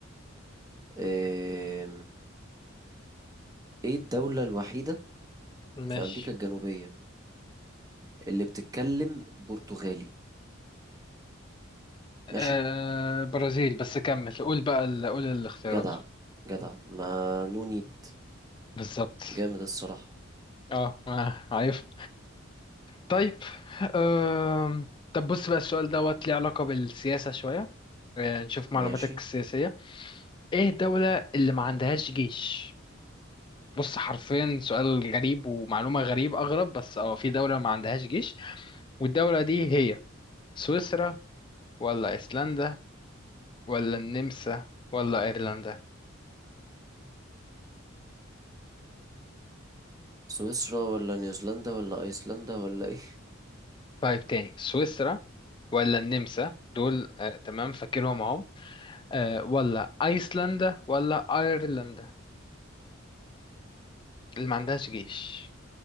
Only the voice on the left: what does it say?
ماشي
آه
برازيل بس كمل قول بقى ال- قول الاختيارات
بالظبط
اه آه، عارف طيب أم... طب بص بقى السؤال دوت ليه علاقة بالسياسة شوية آه، نشوف
معلوماتك السياسية ايه الدولة اللي ما عندهاش جيش بص حرفيا سؤال غريب ومعلومة غريب أغرب بس اه في دولة ما عندهاش جيش والدولة دي هي سويسرا ولا أيسلندا ولا النمسا ولا أيرلندا
طيب تاني سويسرا ولا النمسا دول آه تمام فاكرهم اهو آه، ولا ايسلندا ولا ايرلندا اللي ما عندهاش جيش